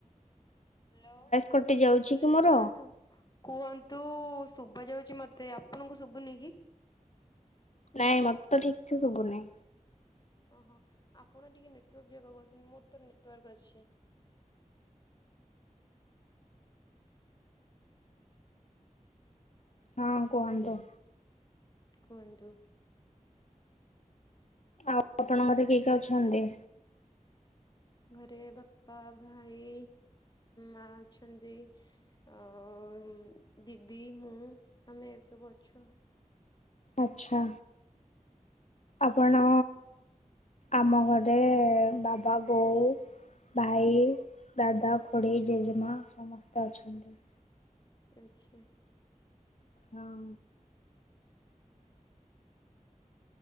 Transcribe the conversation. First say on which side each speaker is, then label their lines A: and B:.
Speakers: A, on the left; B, on the left.
A: ହେଲୋ
B: କଟି ଯାଉଛି
A: ବୋଲି
B: କି ମୋର?
A: କୁହନ୍ତୁ। କୁହନ୍ତୁ ଶୁଭାଯାଉଛି ମତେ। ଆପଣଙ୍କୁ ଶୁଭୁନି କି?
B: ନାଇଁ, ମତେ ତ ଠିକ୍ ସେ ଶୁବୁନି।
A: ଓହ ଆପଣ ଟିକେ ନେଟୱାର୍କ ଜାଗାକୁ ଆସନ୍ତୁ। ମୋର ତ ନେଟୱାର୍କ ଅଛି।
B: ହଁ କୁହନ୍ତୁ।
A: କୁଅନ୍ତୁ।
B: ଆଉ ଆପଣ ଘରେ କିଏ କିଏ ଅଛନ୍ତି?
A: ଘରେ ବାପ୍ପା, ଭାଇ, ମା ଅଛନ୍ତି। ଆଉ ଦିଦି, ମୁଁ ଆମେ ଏସବୁ ଅଛୁ।
B: ଆଚ୍ଛା ଆପଣ? ଆମ ଘରେ ବାବା, ବୋଉ ଭାଇ, ଦାଦା, ଖୁଡ଼ି ଜେଜେମା ସମସ୍ତେ ଅଛନ୍ତି।
A: ଆଚ୍ଛା।
B: ହଁ।